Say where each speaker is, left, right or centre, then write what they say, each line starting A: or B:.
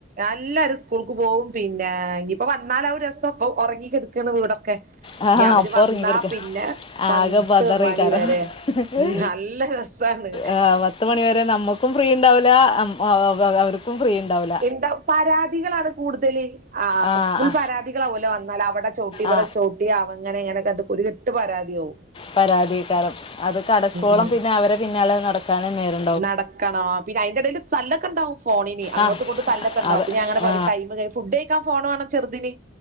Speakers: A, on the right; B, on the left.
A: അഹ എല്ലാരരും സ്കൂൾക്ക് പോവും പിന്നെ ഇനിയിപ്പൊ വന്നാലാവും രസം ഇപ്പൊ ഒറങ്ങിക്കെടുക്കാണ് വീടൊക്കെ
B: ആ
A: ഇനി അവര്
B: അപ്പോൾ
A: വന്നാ
B: ഉറങ്ങിക്കിടക്കുക
A: പിന്നെ പത്ത്
B: ആകെ ബദറി
A: മണി
B: കാരണം
A: വരെ ഉം നല്ല രസാ- <unintelligible>
B: ആ, പത്ത് മണിവരെ നമ്മക്കും ഫ്രീ ഇണ്ടാവൂല അം അവ- ക്കും ഫ്രീ ഇണ്ടാവൂല
A: എന്താ പരാതികളാണ് കൂടുതല്. ആഹ്
B: ആ
A: ആഹ് ഫുൾ
B: ആ
A: പരാതികളാവൊലെ വന്നാൽ അവടെ ചൗട്ടി ഇവടെ
B: ആ
A: ചൗട്ടി അവ ഇങ്ങനെ ഇങ്ങനൊക്കെ ഒരു കെട്ട് പരാത്യാവും
B: പരാതേക്കാരം അത് കടക്കോളം
A: ഉം
B: പിന്നെ അവരെ പിന്നാലെ നടക്കാനെ നേര-
A: നടക്കണോ പിന്നെ അയിൻ്റടേല് തല്ലക്കണ്ടാവും ഫോണിന് അങ്ങോട്ടിങ്ങോട്ടും
B: ആ
A: തല്ലൊക്കണ്ടാവും
B: അത്
A: പിന്നെ ഞാനങ്ങനെ
B: ആ
A: പറയും ടൈമ് ഫുഡയ്ക്കാ ഫോണ് വാണ ചെർദിന്.